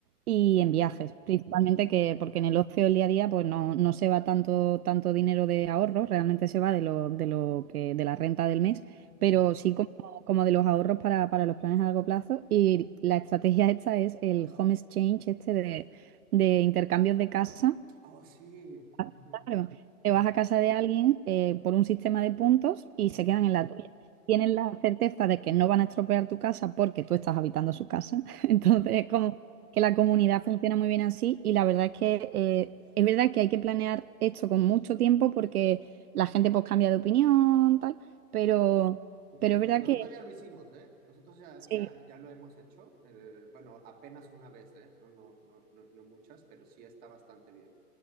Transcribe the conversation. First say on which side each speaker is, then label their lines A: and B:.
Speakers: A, on the right; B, on the right.
A: Y en viajes,
B: Sí.
A: principalmente que, porque en el ocio del día a día, pues no, no se va tanto, tanto dinero de ahorros, realmente se va de lo, de lo que, de la renta del mes, pero
B: Ujú.
A: sí como, como de los ahorros para, para los planes a largo plazo. Y la estrategia esta es el home exchange, este de, de intercambios de casa
B: Oh, sí.
A: Ah,
B: Ujú,
A: Claro, te
B: ujú,
A: vas a casa de alguien eh, por un sistema de puntos y
B: ujú.
A: se quedan en la tuya. Tienen la certeza de que no van a estropear tu casa porque tú estás habitando su casa. <laughs> Entonces,
B: Sí.
A: es como que la comunidad funciona muy bien así y la verdad es que eh, es verdad que hay que planear esto con mucho tiempo porque la gente pues cambia de opinión, tal, pero,
B: Ya,
A: pero es verdad
B: nosotros
A: que
B: ya lo hicimos, ¿eh? Nosotros ya,
A: sí,
B: ya, ya lo hemos hecho. eh, bueno, apenas una vez, ¿eh? No, no, no, no, no muchas, pero sí está bastante bien.